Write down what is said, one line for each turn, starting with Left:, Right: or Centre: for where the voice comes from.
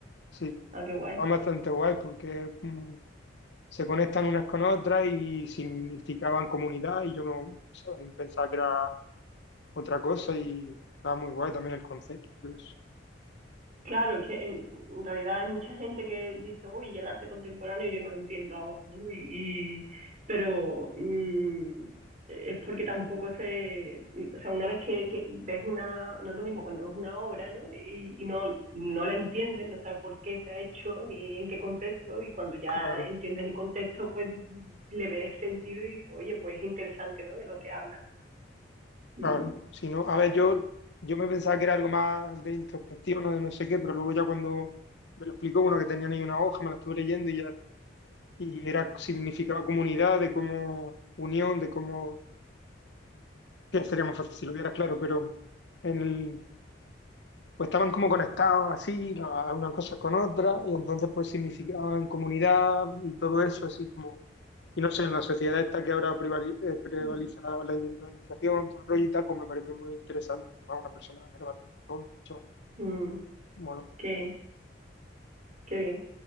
Left: sí.
Right: Ah, qué guay.
Left: Está bastante guay porque mm, se conectan unas con otras y significaban comunidad y yo no, ¿sabes? pensaba que era otra cosa y estaba muy guay también el concepto y todo eso.
Right: Claro, es que en en realidad hay mucha gente que dice, uy, y el arte contemporáneo yo no lo entiendo ahora, ¿no? Y, y- pero mm, es porque tampoco se, o sea, una vez que, que ves una, no es lo mismo cuando ves una obra, ¿no? Y, y no, no la entiendes, no sabes por qué se ha hecho ni en qué contexto, y cuando ya
Left: Claro,
Right: entiendes el contexto, pues le ves sentido y dices, oye, pues es interesante, ¿no? De lo que habla. Mm,
Left: claro. Si no, a ver, yo, yo me pensaba que era algo más de introspección o de no sé qué, pero luego ya cuando me lo explicó, bueno, que tenían ahí una hoja, me la estuve leyendo y ya, y era, significaba comunidad, de cómo unión, de cómo, que sería más fácil si lo vieras, claro, pero en el, pues estaban como conectados así, la- una cosa con otra y entonces pues significaban comunidad y todo eso, así como Y no sé, en la sociedad esta que ahora prevali- eh, prevaliza
Right: mm,
Left: la individualización, todo el rollo y tal, pues me pareció muy interesante. Además, una persona era bastante joven, chaval.
Right: mm,
Left: Mono.
Right: qué, qué bien,